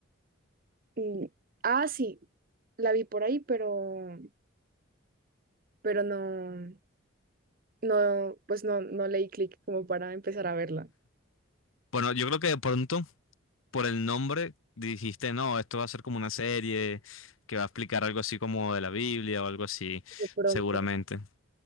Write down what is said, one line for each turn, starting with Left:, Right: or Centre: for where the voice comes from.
Right: mm, ah, sí, la vi por ahí, pero, pero no, no, pues no, no leí clic como para empezar a verla.
Left: Bueno, yo creo que de pronto por el nombre dijiste, no, esto va a ser como una serie que va a explicar algo así como de la Biblia o algo así,
Right: De pronto.
Left: seguramente.